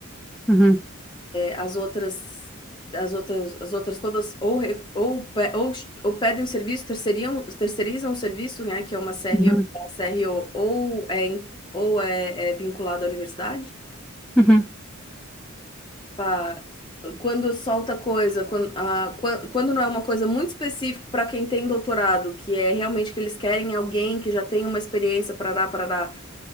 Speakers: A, in the centre; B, on the left.
A: uhum,
B: As outras, as outras, as outras todas ou, re- ou, pe- ou, ch- ou pedem serviço, terceiriam, terceirizam o serviço, né, que é uma CRO,
A: uhum,
B: uma C R O ou é, em- ou é, é vinculado à universidade.
A: uhum,
B: Pá, quando solta coisa, quando, ah, quan- quando não é uma coisa muito específica para quem tem doutorado, que é realmente que eles querem alguém que já tenha uma experiência, parará, parará,